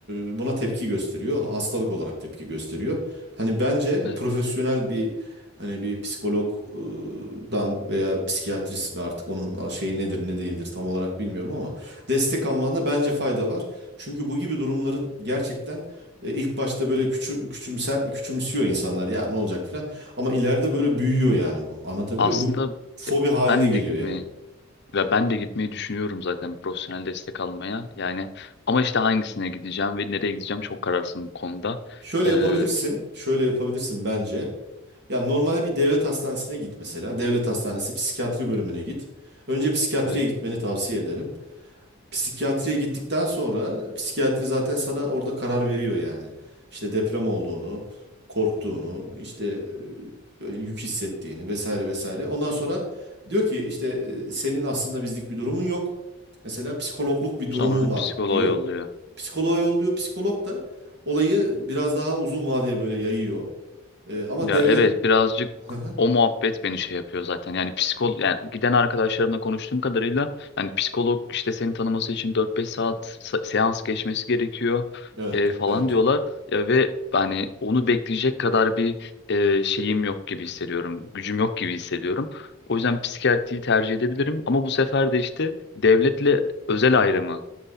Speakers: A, on the right; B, on the left.
A: e, buna tepki gösteriyor. Hastalık olarak tepki gösteriyor. Hani bence
B: Evet.
A: profesyonel bir hani bir psikologdan veya psikiyatrist ve artık onun şeyi nedir ne değildir tam olarak bilmiyorum ama destek almanda bence fayda var. Çünkü bu gibi durumların gerçekten e, ilk başta böyle küçü, küçümse, küçümsüyor insanlar ya ne olacak filan. Ama ileride böyle büyüyor yani bu. Anlatabiliyor
B: Aslında
A: muyum? Bu fobi
B: e,
A: haline
B: ben
A: geliyor
B: de gitmeyi
A: yani.
B: ve ben de gitmeyi düşünüyorum zaten profesyonel destek almaya. Yani ama işte hangisine gideceğim ve nereye gideceğim çok kararsın bu konuda.
A: Şöyle
B: Ee,
A: yapabilirsin. Şöyle yapabilirsin bence. Ya normalde bir devlet hastanesine git mesela. Devlet hastanesi psikiyatri bölümüne git. Önce psikiyatriye
B: evet.
A: gitmeni tavsiye ederim. psikiyatriye gittikten sonra psikiyatri zaten sana orada karar veriyor yani. İşte deprem olduğunu, korktuğunu, işte e, yük hissettiğini vesaire vesaire. Ondan sonra diyor ki işte e, senin aslında bizlik bir durumun yok. Mesela psikologluk bir
B: Sonra
A: durumun var
B: psikoloğa
A: diyor.
B: yolluyor.
A: Psikoloğa yolluyor. Psikolog da olayı biraz daha uzun vadeye böyle yayıyor. E, ama
B: Ya
A: devlet...
B: evet birazcık
A: Hı hı.
B: o muhabbet beni şey yapıyor zaten. Yani psikolog yani giden arkadaşlarımla konuştuğum kadarıyla yani psikolog işte seni tanıması için dört beş saat sa- seans geçmesi gerekiyor
A: Evet,
B: e, falan
A: evet.
B: diyorlar. Ya ve hani onu bekleyecek kadar bir e, şeyim yok gibi hissediyorum. Gücüm yok gibi hissediyorum. O yüzden psikiyatriyi tercih edebilirim ama bu sefer de işte devletle özel ayrımı